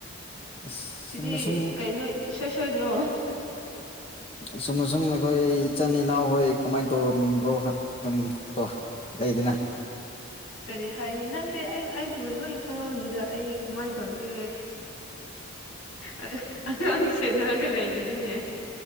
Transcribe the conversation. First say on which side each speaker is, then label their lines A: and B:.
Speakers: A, on the left; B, on the left.
A: ꯑꯁ
B: ꯁꯤꯗꯤ
A: ꯁꯨꯝꯅ ꯁꯨꯝ
B: ꯀꯩꯅꯣ ꯏꯁꯣꯏ ꯁꯣꯏꯗ꯭ꯔꯣ
A: ꯑꯁꯨꯝ ꯑꯁꯨꯝ ꯑꯩꯈꯣꯏ ꯏꯆꯤꯟ ꯏꯅꯥꯎ ꯍꯣꯏ ꯀꯃꯥꯏꯅ ꯇꯧꯔꯝꯕ꯭ꯔꯣ ꯑꯗꯨꯝ ꯀꯣ ꯂꯩꯗꯅ
B: ꯀꯔꯤ ꯍꯥꯏꯅꯤ ꯅꯪꯗꯤ ꯑꯩ ꯑꯩꯕꯨ ꯂꯣꯏ ꯈꯪꯉꯕꯅꯤꯗ ꯑꯩ ꯀꯃꯥꯏꯅ ꯇꯧꯒꯦ ꯑ ꯆꯅꯒ ꯂꯩꯔꯤꯅꯤꯅꯦ